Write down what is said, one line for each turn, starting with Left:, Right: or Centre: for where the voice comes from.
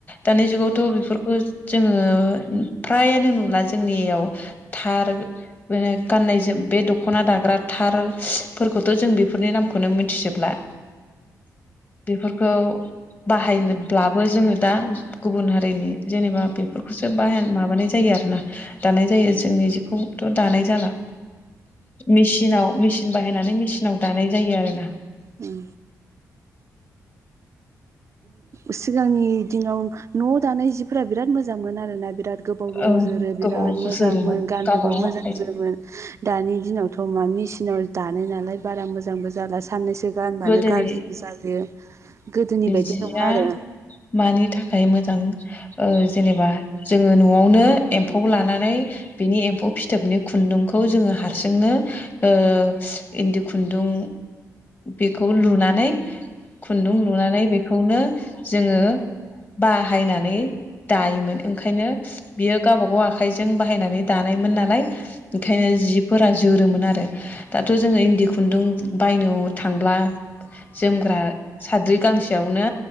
Left: दानि जुगावथ' बेफोरखौ जोङो फ्रायानो नुला जोंनियाव थार गाननाय जोम बे दख'ना दाग्रा थारफोरखौथ' जों बे बेफोरनि नामखौनो मोनथिजोब्ला। बेफोरखौ बाहायनोब्लाबो जोङो दा गुबुन हारिनि जेनेबा बेफोरखौसो बाह माबानाय जायो आरोना दानाय जायो जोंनि जिखौथ' दानाय जाला। मिसिनाव मिसिन बाहायनानै मि सिनाव। दानाय जायो आरो ना।
Right: उम। सिगांनि दिनाव न'आव दानाय जिफोरा बिराद मोजांमोन आरोना बिराद गोबाव गोबाव
Left: औ
Right: जोरो बिराद
Left: गोबाव
Right: मोजांमोन
Left: जोरोमोन
Right: गाननोबो
Left: गावबागाव
Right: मोजां
Left: आखाइजों
Right: जोमोन दानि दिनावथ' मा मेसिनाव दानो नालाय बारा मोजांबो जाला साननैसो गानबानो
Left: गोदोनि
Right: गाज्रि जायो गोदोनि बायदि
Left: जिया
Right: नंला आरो
Left: मानि थाखाय मोजां? ओ जेनेबा जोङो न'आवनो एम्फौ लानानै बिनि एम्फौ फिथोबनि खुन्दुंखौ जोङो हारसिंनो ओ इन्दि खुन्दुं बेखौ लुनानै खुन्दुं लुनानै बेखौनो जोङो बाहायनानै दायोमोन। ओंखायनो बियो गावबा गाव आ आखाइजों बाहायनानै दानायमोन नालाय ओंखायनो जिफोरा जोरोमोन आरो। दाथ' जोङो इन्दि खुन्दुं बायनो थांब्ला जोमग्रा साद्रि गांसेयावनो